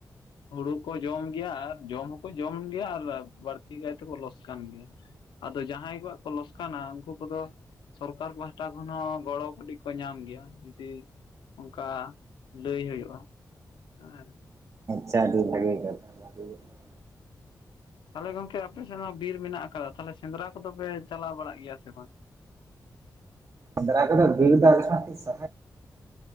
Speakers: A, on the left (about 85°); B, on the right (about 40°).
A: ᱦᱩᱲᱩ ᱠᱚᱭ ᱡᱚᱢ ᱜᱮᱭᱟ ᱟᱨ ᱡᱚᱢ ᱦᱚᱸᱠᱚ ᱡᱚᱢ ᱜᱮᱭᱟ ᱟᱨ ᱵᱟᱹᱲᱛᱤ ᱠᱟᱭ ᱛᱮᱠᱚ ᱞᱚᱥᱠᱟᱱ ᱜᱮᱭᱟ ᱟᱫᱚ ᱡᱟᱦᱟᱸᱭ ᱠᱚᱣᱟᱜ ᱠᱚ ᱞᱚᱥᱠᱟᱱᱟ ᱩᱱᱠᱩ ᱠᱚᱫᱚ ᱥᱚᱨᱠᱟᱨ ᱯᱟᱦᱴᱟ ᱠᱷᱚᱱ ᱦᱚᱸ ᱜᱚᱲᱚ ᱠᱟᱹᱴᱤᱡ ᱠᱚ ᱧᱟᱢ ᱜᱮᱭᱟ ᱡᱩᱫᱤ ᱚᱱᱠᱟ ᱞᱟᱹᱭ ᱦᱩᱭᱩᱜᱼᱟ ᱦᱮᱸ
B: ᱪᱷᱟ ᱟᱹᱰᱤ ᱵᱷᱟᱹᱜᱮ ᱠᱟᱢᱤ ᱦ <inaudible>
A: ᱛᱟᱦᱞᱮ ᱜᱚᱝᱠᱮ ᱟᱯᱮ ᱥᱮᱫ ᱦᱚᱸ ᱵᱤᱨ ᱢᱮᱱᱟᱜ ᱟᱠᱟᱫᱟ ᱛᱟᱦᱞᱮ ᱥᱮᱸᱫᱽᱨᱟ ᱠᱚᱫᱚ ᱯᱮ ᱪᱟᱞᱟᱣ ᱵᱟᱲᱟᱜ ᱜᱮᱭᱟ ᱥᱮ ᱵᱟᱝ
B: ᱥᱮᱫᱽᱨᱟ ᱠᱚ ᱫᱚ ᱵᱤᱨ ᱥᱟᱦᱟᱭ